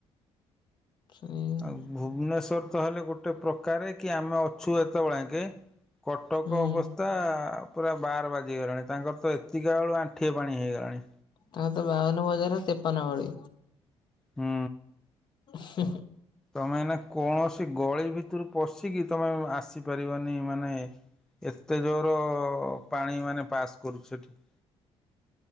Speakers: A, on the left; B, in the centre.
A: ସେଇଆ।
B: ଆଉ ଭୁବନେଶ୍ୱର ତ ହେଲେ ଗୋଟେ ପ୍ରକାରେ କି ଆମେ ଅଛୁ ଏତବଳେ ଆଙ୍କେ କଟକ
A: ହୁଁ
B: ଅବସ୍ଥା ଆ ଆ ପୁରା ବାର୍ ବାଜିଗଲାଣି ତାଙ୍କର ତ ଏତିକା ବେଳୁ ଆଣ୍ଠିଏ ପାଣି ହେଇଗଲାଣି।
A: ତାଙ୍କର ତ ବାଉନୁ ବଜାର ତେପନ ଗଳି।
B: ହୁଁ।
A: ହ
B: ତମେ ଏଇନା କୌଣସି ଗଳି ଭିତରୁ ପଶିକି ତମେ ଆଉ ଆସିପାରିବନି ମାନେ ଏତେ ଜୋର ଅ ଅ ଅ ପାଣି ମାନେ ପାସ୍ କରୁଚି ସେଠି।